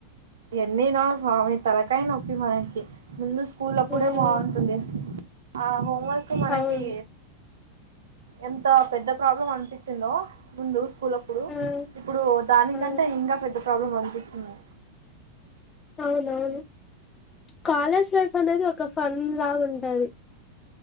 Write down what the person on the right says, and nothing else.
ఎన్నిరా స్వామి తలకాయ నొప్పి మనకి ముందు స్కూల్ అప్పుడే
బాగుంటుంది ఆ హోంవర్క్ మనకి
ఎంత పెద్ద ప్రాబ్లం అనిపించిందో ముందు స్కూల్ అప్పుడు
ఇప్పుడు దానికం
పెద్ద ప్రాబ్లమ్ అనిపిస్తుంది